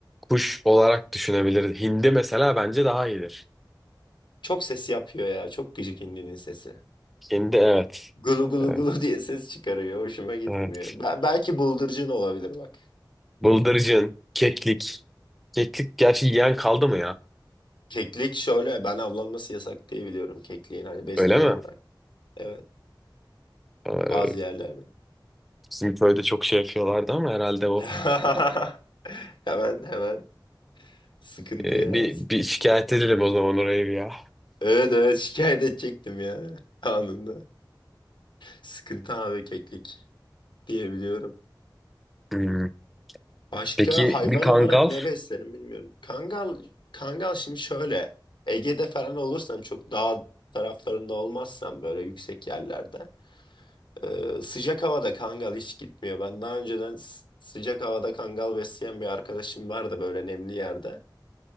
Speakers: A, in the centre; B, on the left (about 75°).
A: kuş olarak düşünebiliriz. Hindi mesela bence daha iyidir.
B: Çok ses yapıyor ya. Çok gıcık indinin sesi.
A: Hindi evet.
B: Gulu gulu
A: Evet.
B: gulu <laughs> diye ses çıkarıyor. Hoşuma gitmiyor.
A: evet.
B: Be- belki bıldırcın olabilir bak.
A: Bıldırcın, keklik. Keklik gerçi yiyen kaldı mı ya?
B: Keklik şöyle ben avlanması yasak diye biliyorum kekliğin hani beslemeyi
A: Öyle mi?
B: bırak. Evet
A: Ee,
B: bazı yerlerde.
A: bizim köyde çok şey yapıyorlardı ama herhalde o.
B: <laughs> Hemen hemen sıkıntı
A: Ee,
B: ya.
A: bir, bir şikayet edelim o zaman oraya bir ya.
B: Evet evet şikayet edecektim ya anında. Sıkıntı abi keklik diye biliyorum.
A: Hmm.
B: Başka
A: Peki
B: hayvan
A: bir kangal?
B: olarak ne beslerim bilmiyorum. Kangal kangal şimdi şöyle Ege'de falan olursam çok dağ taraflarında olmazsam böyle yüksek yerlerde Ee, sıcak havada kangal hiç gitmiyor. Ben daha önceden s- sıcak havada kangal besleyen bir arkadaşım vardı böyle nemli yerde.